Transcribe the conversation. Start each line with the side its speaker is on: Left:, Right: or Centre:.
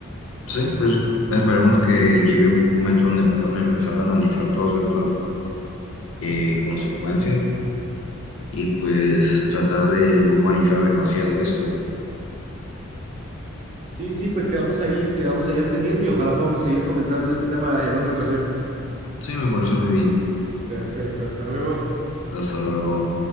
Left: Sí, pues esperemos que llegue un momento donde puedan empezar a analizar todas estas eh, consecuencias y pues tratar de no humanizar demasiado esto.
Right: Sí, sí, pues quedamos ahí, quedamos ahí al pendiente y ojalá podamos seguir comentando este tema en otra ocasión.
Left: Sí, me parece muy bien.
Right: Perfecto, hasta luego.
Left: Hasta luego.